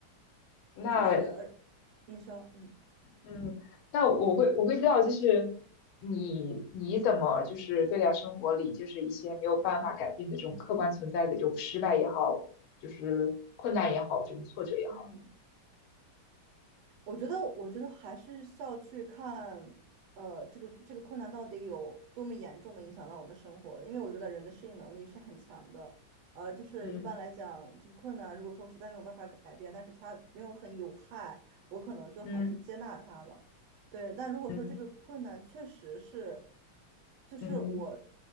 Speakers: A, on the left; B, on the right.
A: 那
B: 确实，而你说，嗯。
A: 嗯，那我会我会知道，就是你你怎么就是对待生活里就是一些没有办法改变的这种客观存在的这种失败也好，就是困难也好，这种挫折也好，
B: 嗯。我觉得，我觉得还是需要去看，呃，这个这个困难到底有多么严重的影响到我的生活，因为我觉得人的适应能力是很强的，呃，就是一般来讲，
A: 嗯
B: 这个困难如果说实在没有办法改变，但是它没有很有害，我可能就还是接纳它了，
A: 嗯
B: 对。但如果说这个困难确实是，
A: 嗯
B: 就是我
A: 嗯。